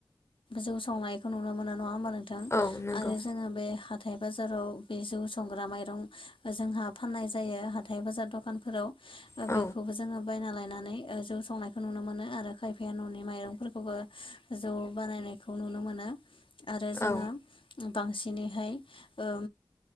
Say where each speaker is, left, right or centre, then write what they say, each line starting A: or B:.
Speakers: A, on the left; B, on the left.
A: जौ सावनायखौ नुनो मोनो नङा होमबा नोंथां
B: औ नंगौ
A: आरो जोङो बे हाथाय बाजाराव बे जौ जौ संग्रा माइरं जोंहा फाननाय जायो हाथाइ बाजार दखानफोराव
B: औ
A: बेखौबो जोङो बायना लायनानै जौ संनायखौ नुनो मोनो आरो खायफाया न'नि माइरंफोरखौबो जौ बानायनायखौ नुनो मोनो आरो जोङो
B: औ
A: बांसिनैहाय ओ